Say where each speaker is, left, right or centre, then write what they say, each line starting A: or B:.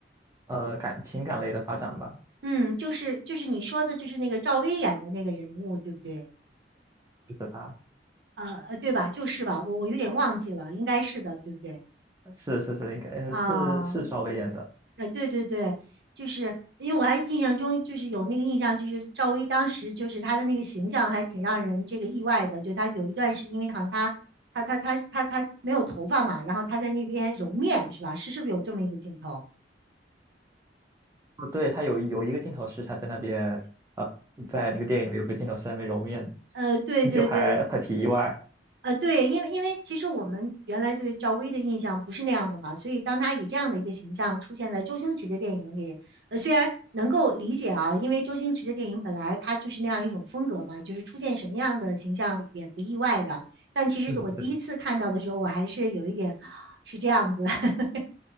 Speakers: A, on the right; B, on the right.
A: 呃感情感类的发展吧。
B: 嗯，就是就是你说的，就是那个赵薇演的那个人物，对不对？
A: 就是他，
B: 呃呃，对吧？就是吧，我我有点忘记了，应该是的，对不对？
A: 是是是，应该呃是是赵薇演的。
B: 啊、呃，对对对，就是因为我还印象中就是有那个印象，就是赵薇当时就是她的那个形象还挺让人这个意外的，就她有一段是因为好像她她她她她她没有头发嘛，然后她在那边揉面是吧？是是不是有这么一个镜头？
A: 哦，对，他有有一个镜头是他在那边，在那个电影里面有个镜头是在那边揉面
B: 呃，对对对，
A: 的 <laughs> 就还很挺意外。
B: 呃，对，因为因为其实我们原来对赵薇的印象不是那样的嘛，所以当她以这样的一个形象出现在周星驰的电影里，呃，虽然能够理解啊，因为周星驰的电影本来他就是那样一种风格嘛，就是出现什么样的形象也不意外的。但其实我第一次看到的时候，
A: 嗯
B: 我还是有一点 <sucks teeth> 是这样子，<laughs>